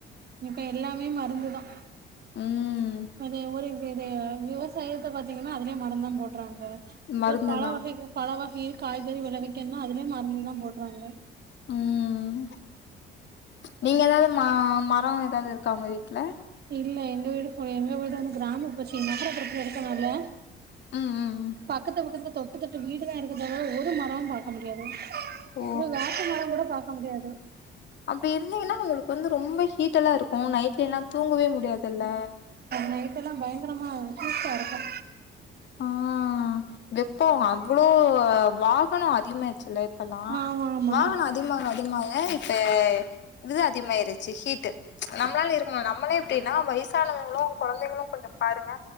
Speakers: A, on the right; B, on the left.
A: இப்ப எல்லாமே மருந்துதான்
B: ம்
A: அது ஒரு விவசாயத்தை பாத்தீங்கன்னா அதுலயே உரந்தான் போடடறாங்க
B: மருந்துதா
A: ஒரு பழ வகைகள் பழவகை காய்கறி விளைவிக்கணுனா அதுலயே மருந்து தான் போட்றாங்க
B: உம் நீங்க ஏதாவது ம மரம் எதாவது இருக்கா உங்க வீட்டுல
A: இல்ல எங்க வீடு போ எங்க வீடு வந்து கிராம போச்சு நகரத்து புரத்தல இருக்கறதுனால
B: ம் ம் ம்
A: பக்கத்து பக்கத்துல தொட்டு தொட்டு வீடுதான் இருக்குதா தவிர ஒரு மரமும் பாக்க முடியாது
B: ஓ
A: இ வேப்ப மரம் கூட பாக்க முடியாது
B: அப்படி இருந்தீங்கன்னா உங்களுக்கு வந்து ரொம்ப ஹீட் எல்லாம் இருக்கும் நைட்ல எல்லாம் தூங்கவே முடியாதுல்ல
A: நேத்தெல்லா பயங்கரமா <inaudible>
B: ஆ வெப்போ அவ்ளோ வாகனோ அதிகமாயிடுச்சுல்ல இப்பல்லா
A: ஆமா ஆமா
B: வாகனோ அதிகமாக அதிகமாக இப்ப இதுதா அதிகமாயிருச்சு ஹீட்டு நம்மளால இருக் கமா நம்மளே இப்டின்னா வயசானவங்களு கொழந்தைகளு கொஞ்ச பாருங்க